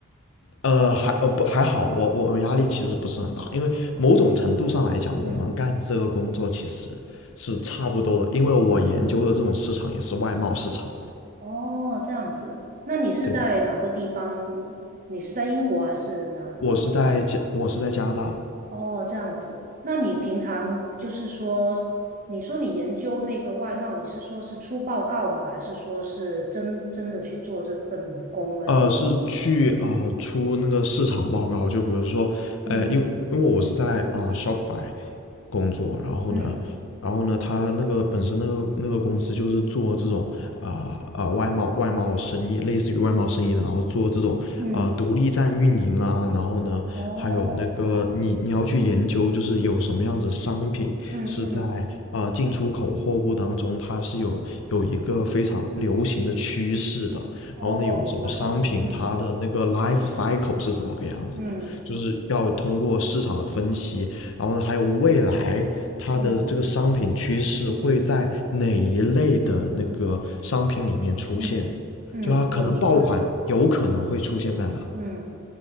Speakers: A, on the left; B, on the right.
A: 呃还呃不还好，我我我压力其实不是很大，因为某种程度上来讲，
B: 嗯，
A: 我们干的这个工作其实是差不多的，因为我研究的这种市场也是外贸市场。
B: 哦，这样子，那你是在哪个地方？
A: 对，
B: 你是在英国还是哪？
A: 我是在加，我是在加拿大，
B: 哦，这样子。那你平常就是说，你说你研究那个外贸，你是说是出报告吗？还是说是真真的去做这份工呢？
A: 呃，是去啊、呃出那个市场报告，就比如说，呃，
B: 嗯
A: 因因为我是在啊、呃 Shopify 工作，然后呢，
B: 嗯
A: 然后呢，他那个本身那个那个公司就是做这种啊啊、呃呃外贸外贸生意，类似于外贸生意的，然后做这种啊、
B: 嗯，
A: 呃独立站运营啊，然后呢，
B: 哦，
A: 还有那个你你要去研究，就是有什么样子的商品是在啊、
B: 嗯嗯，
A: 呃进出口货物当中，它是有有一个非常流行的趋势的。然后呢，
B: 哦，
A: 有什么商品，
B: 明白。嗯
A: 它的那个 life cycle 是什么个样子的，
B: 嗯
A: 就是要通过市场的分析，然后呢，还有未来它的这个商品趋势会在哪一类的那个商品里面出现，
B: 嗯嗯嗯，
A: 就它可能爆款有可能会出现在哪？
B: 我明白。嗯，